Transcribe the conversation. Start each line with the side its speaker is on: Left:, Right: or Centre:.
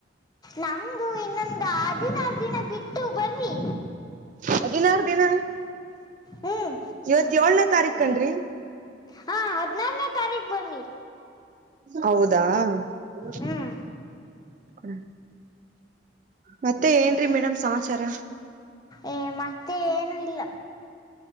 Left: ನಮ್ದು ಇನ್ನೊಂದು ಹದಿನಾರು ದಿನ ಬಿಟ್ಟು ಬರಿ
Right: ಹದಿನಾರು ದಿನ
Left: ಹ್ಮ್
Right: ಇವತ್ತ ಏಳ್ನೇ ತಾರೀಖ ಕಂಡ್ರಿ
Left: ಹಾ ಹದಿನಾರನೇ ತಾರೀಕು ಬರ್ರಿ
Right: ಹೌದಾ ಹ್ಮ
Left: ಹ್ಮ್
Right: ಮತ್ತೆ ಏನ ರಿ ಮೇಡಮ್ ಸಮಾಚಾರ
Left: ಏ ಮತ್ತೆ ಏನು ಇಲ್ಲ